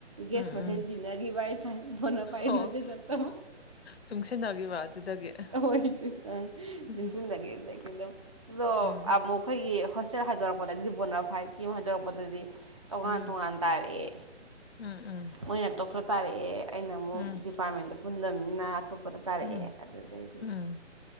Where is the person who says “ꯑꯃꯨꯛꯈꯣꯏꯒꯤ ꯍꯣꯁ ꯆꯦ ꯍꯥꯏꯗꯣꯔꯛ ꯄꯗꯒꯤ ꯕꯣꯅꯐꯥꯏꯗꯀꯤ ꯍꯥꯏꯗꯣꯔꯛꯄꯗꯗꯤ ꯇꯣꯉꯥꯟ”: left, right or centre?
Right